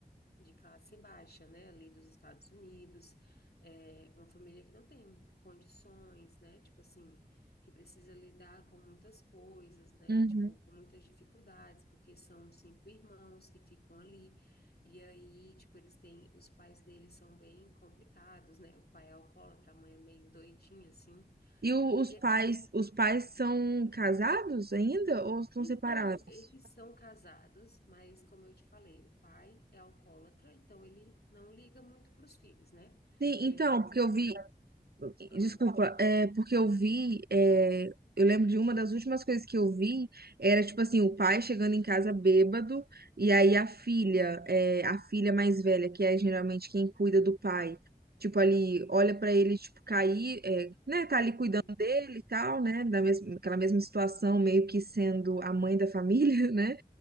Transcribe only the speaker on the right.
sim.
E o-
os
pais, os pais são casados ainda ou estão
separados?
Sim,
então,
porque
eu vi,
desculpa, é porque eu vi, é, eu lembro de uma das últimas coisas que eu vi era tipo assim, o pai chegando em casa bêbado e aí a filha, é, a filha mais velha, que é geralmente quem cuida do pai, tipo ali, olha pra ele tipo cair, é, né, tá ali
cuidando dele e tal, né, da mesma, aquela mesma situação, meio que sendo a mãe da família, <laughs> né?